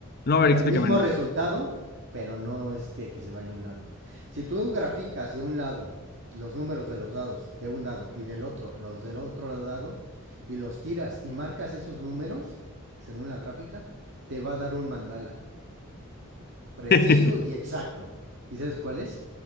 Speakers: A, on the left; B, on the right.
A: No, a ver,
B: El
A: explícame.
B: mismo resultado, pero no es que, que se vaya a un lado. Si tú graficas de un lado los números de los dados de un lado y del otro los del otro lado y los tiras y marcas esos números, según la gráfica, te va a dar un mandala preciso
A: <laughs>
B: y exacto. ¿Y sabes cuál es?